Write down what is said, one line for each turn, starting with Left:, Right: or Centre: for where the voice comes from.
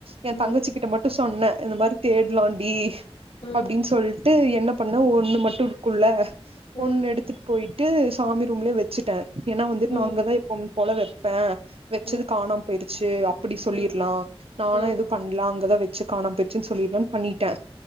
Right: ஏ
Left: ம்
Right: தங்கச்சிக்கிட்ட மட்டு சொன்னே இந்த மாரி தே ட்லாண்டி
Left: ம்
Right: அப்டின்னு சொல்ட்டு என்ன பண்ணோ ஒண்ணு மட்டு இருக்கும்ல
Left: ம்
Right: ஒண்ணு எடுத்துட்டுப் போயி ட்டு சாமி ரூம்ல வச்சுட்டே ஏன்னா வந்துட்டு
Left: ம்
Right: நா அங்க தா எப்பவு போல வப் பே வச்சது
Left: ம்
Right: காணாம போயிருச்சு அப்டி சொல்லிடலா
Left: ம்
Right: நானா
Left: ம்
Right: எதுவு பண்ணல அங்கதா வ ச்சு காணாம போயிருச்சுனு சொல்லிலானு பண்ணிட்டே